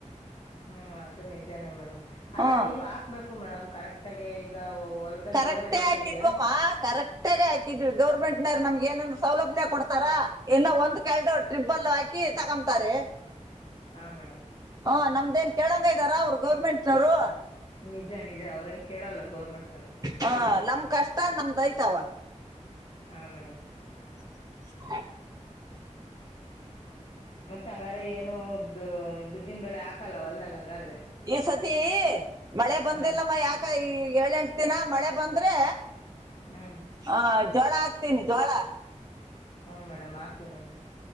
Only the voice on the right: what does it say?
ಹ್ಮ್
ಕರೆಕ್ಟೇ
ಹಾಕಿದ್ವಮ್ಮ
ಕರೆಕ್ಟಾಗ ಹಾಕಿದ್ವಿ ಗೌರ್ಮೆಂಟ್ನ ನಮ್ಗ ಏನ ಸೌಲಭ್ಯ ಕೊಡ್ತಾರಾ ಇನ್ನು ಒಂದ್ ಕೆಲ್ಡು ಟ್ರಿಬ್ಬಲ್ ಹಾಕಿ ತಗೊತಾರೆ
ಹ ನಮ್ದೇನ್ ಕೇಳಂಗ ಇದ್ದಾರ ಅವರು ಗೌರ್ಮೆಂಟ್ನವರು
ಹ ನಮ್ ಕಷ್ಟ ನಮ್ದ ಐತಾವ
<inaudible>
ಈ ಸತಿ ಮಳೆ ಬಂದಿಲ್ಲಮ್ಮ
ಯಾಕ ಏಳೆಂಟ ದಿನ ಮಳೆ ಬಂದ್ರೆ
ಹಾ ಜೋಳ ಹಾಕ್ತೀನಿ ಜೋಳ